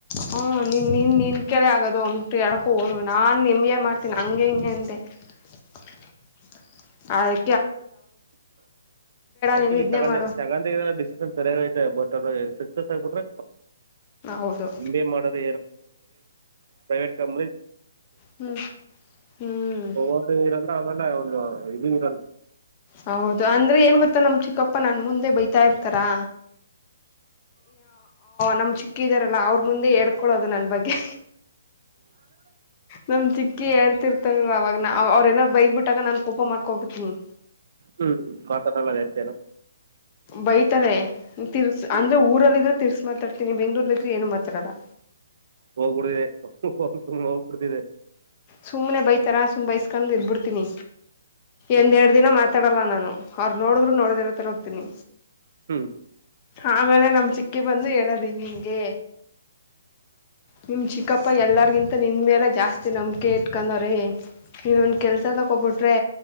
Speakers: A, on the left; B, on the right.
A: ಹ್ಮ ನಿನ್ ನಿನ್ ನಿನ್ ಕೆಳ ಆಗದು ಒಮಟು ಎಡಕು ಹೋರು ನಾನ್ ಎಮ್ ಬಿ ಎ ಮಾಡ್ತೀನಿ ಹಂಗೆ ಹಿಂಗೆ ಅಂತೆೆ <unintelligible> ಆಯ್
B: ಆಕ್ಚುಲಿಗಲ್ಲ
A: ನೀನು ಇದನ್ನೇ ಮಾಡು
B: ಡಿಸನ್ ಸರಿಯಾಗ ಐತೆ ಬಟ್ ಸಸ್ ಆಬಿ್ರ
A: ಹೌದು
B: ಎಿ ಮಾಡದ ಪ್ರೈವಟ್ ಕಂಪನ
A: ಹ್ಮ್ ಹ್ಮ್
B: ಓವರ್ ಇರಲ್ಲ ಆಮೇಲೆ ಒಂದು ಇದರ
A: ಹೌದು ಅಂದ್ರೆ ಏನ್ ಗೊತ್ತ ನಮ್ ಚಿಕ್ಕಪ್ಪ ನನ್ ಮುಂದೆ ಬೈತಾ ಇರ್ತಾರಾ ನಮ್ ಚಿಕ್ಕಿದಾರಲ್ಲ ಅವ್ರ ಮುಂದೆ ಹೇಡ್ಕೊೊಳ್ಳೋದು ನನ್ ಬಗ್ಗೆ ನಮ ಚಿ ಕಿೇತಿರ್ತಾರ ಅವವಾಗ ಅವ್ರ ಏನಾರರು ಬೈದ್ ಬಿಟ್ಟಾಗ ನಾನನ್ ಕೋಪ ಮಾಡ್ಕೋಬತನಿ
B: ಹ್ಮ್ ಕತ ತಲ್ಲತನು
A: ಬೈತಾರೆ ತಿರ್ಸ್
B: ಹ್ಮ್
A: ಅಂದ್ರೆ ಊರಲ್ಲಿಿದ್ರ ತಿರ್ಸಿ ಮಾತಾಡ್ತೀನಿ ಬೆಂಗಳೂರಲ್ಲಿ ಇದ್ರೆ ಏನು ಮಾತಾಡೋಲ್ಲ
B: ಹೋಗ್ಬಡೂದೆ ಸುಮ್ನೆ ಹೋಗ್ಬಿಡ್ತಿದೆ
A: ಸುಮ್ಮ್ನೆ ಬೈತಾರ ಸುಮ್ಮ್ ಬೈಸ್ಕಂಡ್ ಇದಬಿಡ್ತೀನಿ
B: ಹ್ಮ್
A: ಎಂದೆರಡ್ ದಿನ ಮಾತಾಡಲ್ಲ ನಾನು ಅವ್ರ ನೋಡಿದ್ರು ನೋಡ್ದ ಇರತರ ಹೋಗ್ತೀನಿ
B: ಹ್ಮ್
A: ಆಮೇಲೆ ನಮ್ ಚಿಕ್ಕಿ ಬಂದು ಹೇಳದ್ದು ಇಂಗಿಂಗೆ ನಿಮ್ ಚಿಕ್ಕಪ್ಪ್ ಅಪ್ಪ ಎಲ್ಲರಿಗಿಂತ ನಿನ್ ಮೇಲೆ ಜಾಸ್ತಿ ನಂಬ ಕೆ ಇಟ್ಕೊಂಡವ್ರೆ ನೀನೊಂದು ಕೆಲ್ಸ ತಗೋಬಿಟ್ರೆ